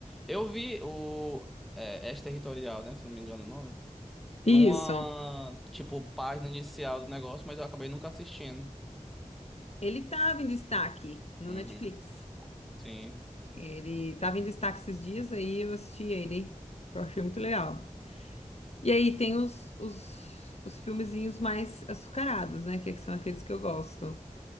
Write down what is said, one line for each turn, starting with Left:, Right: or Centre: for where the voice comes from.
Centre: Eu vi o é, territorial né? Se eu não me engano o nome. Numa,
Left: Isso.
Centre: tipo, página inicial do negócio, mas eu acabei nunca assistindo.
Left: Ele estava em destaque no
Centre: Uhum,
Left: Netflix.
Centre: sim.
Left: Ele estava em destaque esses dias, aí eu assisti ele. Eu achei muito legal. E aí tem os, os, os filmezinhos mais açucarados, né? Que são aqueles que eu gosto.